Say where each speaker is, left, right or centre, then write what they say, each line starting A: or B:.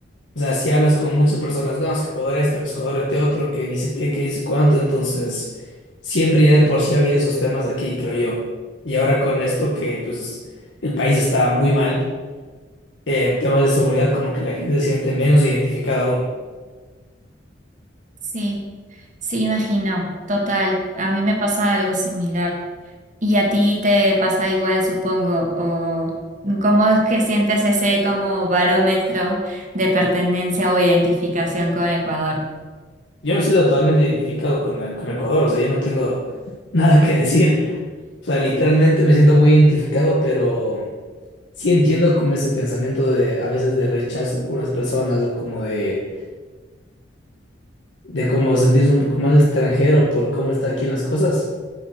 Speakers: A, on the left (about 85°); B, on the right (about 45°).
A: O sea, si hablas con muchas personas, no, es que Ecuador esto, que Ecuador este otro, que ni sé qué, que ni sé cuánto, entonces siempre ya de por sí ha habido esos temas de aquí, creo yo. Y ahora con esto que pues el país está muy mal eh, en temas de seguridad, como que la gente se siente menos identificada aún.
B: sí, sí, imagino. Total, a mí me pasa algo similar. Y a ti te pasa igual, supongo, o cómo es que sientes ese como barómetro de pertenencia o identificación con Ecuador.
A: Yo me siento totalmente identificado con, la- con Ecuador, o sea, yo no tengo nada que decir. O sea, literalmente me siento muy identificado, pero sí entiendo como ese pensamiento de a veces de rechazo a algunas personas o como de, de como sentirse un poco más extranjero por cómo está aquí en las cosas.